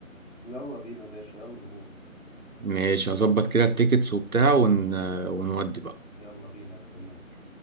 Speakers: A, on the left; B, on the right.
A: يلا بينا يا باشا يلا نروح
B: ماشي هظبط كده التيكتس وبتاع ون... ونودي بقى
A: يلا بينا استناك